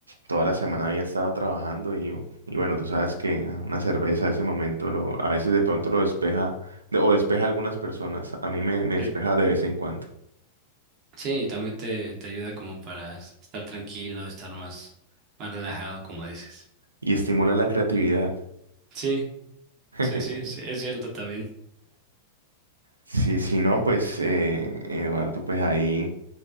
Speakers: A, on the right; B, on the right.
A: toda la semana había estado trabajando y, y bueno, tú sabes que una cerveza a ese momento lo, a veces de pronto lo despeja de- o despeja a algunas personas. A mí me, me despeja
B: Sí.
A: de vez en cuando
B: Sí, también te, te ayuda como para s- estar tranquilo, estar más, más relajado, como dices.
A: y estimula la creatividad.
B: Sí,
A: <laughs>
B: sí, sí, sí, es cierto también.
A: Sí, si no, pues eh, Eduardo, pues ahí.